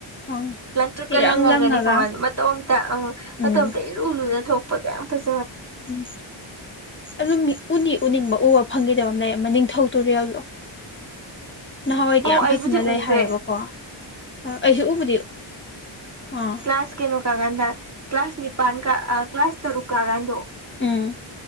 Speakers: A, on the left; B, on the right.
A: ꯑꯪ
B: ꯑꯗꯨ ꯀꯜꯂꯪꯉꯒꯅꯤ
A: ꯏꯔꯪ ꯂꯪꯉꯒ
B: ꯈꯃꯜ ꯃꯇꯣꯝꯇ ꯑ
A: ꯎꯝ
B: ꯃꯇꯣꯝꯇ ꯏꯔꯨ ꯂꯨꯅ ꯊꯣꯛꯄꯗꯣ ꯌꯥꯝ ꯐꯖꯩ
A: ꯎꯝ ꯑꯗꯨ ꯎ ꯄꯨꯅꯤꯡꯕ ꯎꯕ ꯐꯪꯈꯤꯗꯕ ꯑꯃ ꯂꯩ ꯅꯤꯡꯊꯧ ꯇꯨꯔꯦꯜꯗꯣ ꯅꯍꯥꯟꯋꯥꯏꯗꯤ
B: ꯑꯧ
A: ꯌꯥꯝ
B: ꯑꯩꯕꯨꯗꯤ
A: ꯐꯖꯅ ꯂꯩ
B: ꯎꯒ꯭ꯔꯦ
A: ꯍꯥꯏꯌꯦꯕꯀꯣ ꯑꯩꯁꯨ ꯎꯕꯨꯗꯤ
B: ꯀ
A: ꯑꯥ
B: ꯀ꯭ꯂꯥꯁ ꯀꯩꯅꯣ ꯀꯥꯒꯥꯟꯗ ꯀ ꯀ꯭ꯂꯥꯁ ꯅꯤꯄꯥꯟ ꯀ ꯀ꯭ꯂꯥꯁ ꯇꯔꯨꯛ ꯀꯥ ꯀꯥꯟꯗꯣ
A: ꯎꯝ